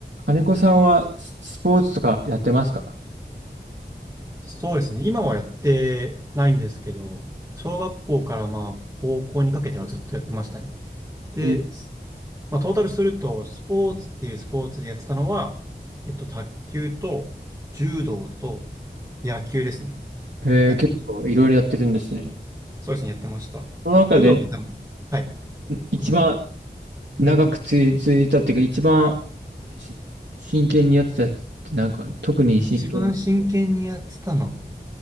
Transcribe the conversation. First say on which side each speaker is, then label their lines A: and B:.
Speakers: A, on the right; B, on the right.
A: 金子さんはススポーツとかやってますか
B: そうですね。今はやってないんですけど、小学校からまあ高校にかけてはずっとやってましたね。で、
A: え
B: すまあ、トータルすると、スポーツっていうスポーツでやってたのは、えっと、卓球と柔道と野球ですね。
A: えー、
B: やってました。
A: 結構いろいろやってるんですね。
B: そうですね、やってました。
A: その中で
B: 柔道が多分、はい、
A: 一番
B: ごめんなさい。
A: 長くつい続いたっていうか、一番し真剣にやってたやつってなんか、特に真剣に。
B: 一番真剣にやってたの。